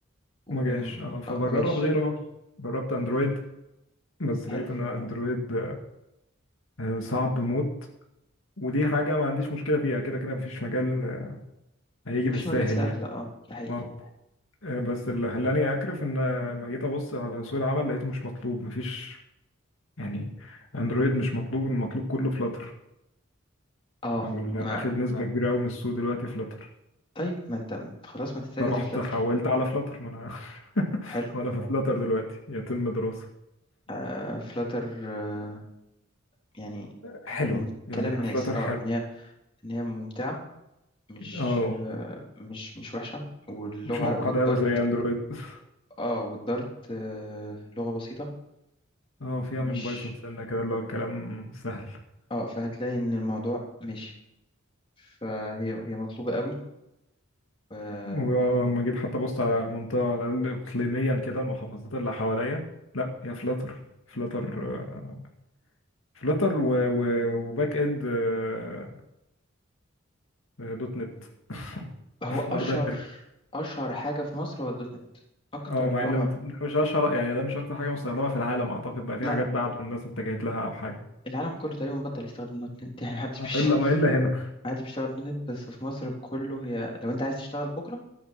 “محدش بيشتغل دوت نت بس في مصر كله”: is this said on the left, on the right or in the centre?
Left